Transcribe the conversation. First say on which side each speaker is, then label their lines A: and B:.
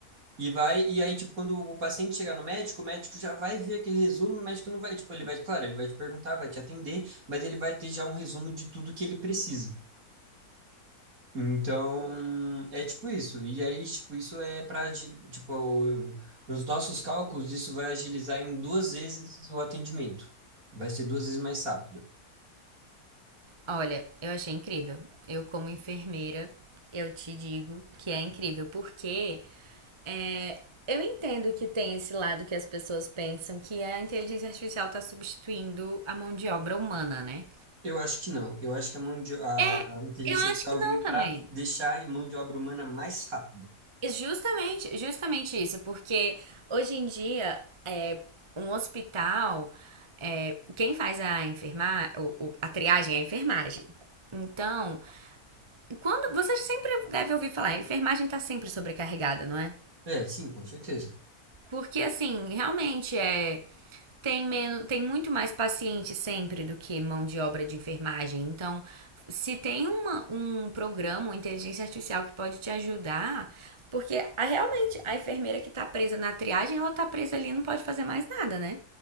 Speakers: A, on the right (about 65°); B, on the right (about 25°).
A: e vai e aí tipo quando o paciente chegar no médico, o médico já vai ver aquele resumo, o médico não vai, tipo, ele vai, claro, ele vai te perguntar, vai te atender, mas ele vai ter já um resumo de tudo que ele precisa. Então, é tipo isso. E aí, tipo, isso é para, tipo, eu- nos nossos cálculos, isso vai agilizar em duas vezes o atendimento. Vai ser duas vezes mais rápido.
B: Olha, eu achei incrível. Eu, como enfermeira, eu te digo que é incrível, porque é, eu entendo que tem esse lado que as pessoas pensam que a inteligência artificial está substituindo a mão de obra humana, né?
A: Eu acho que não. Eu acho que a mão de, a,
B: É,
A: a inteligência
B: eu acho
A: artificial
B: que não
A: veio
B: também.
A: para deixar a mão de obra humana mais rápida.
B: E Justamente, justamente isso, porque hoje em dia é, um hospital, é, quem faz a enfermar, o- o- a triagem é a enfermagem. Então, Quando. Vocês sempre devem ouvir falar, a enfermagem tá sempre sobrecarregada, não é?
A: É, sim, com certeza.
B: Porque, assim, realmente é. Tem, menos, tem muito mais paciente sempre do que mão de obra de enfermagem. Então, se tem uma, um programa, uma inteligência artificial que pode te ajudar, porque a, realmente a enfermeira que tá presa na triagem, ela tá presa ali e não pode fazer mais nada, né?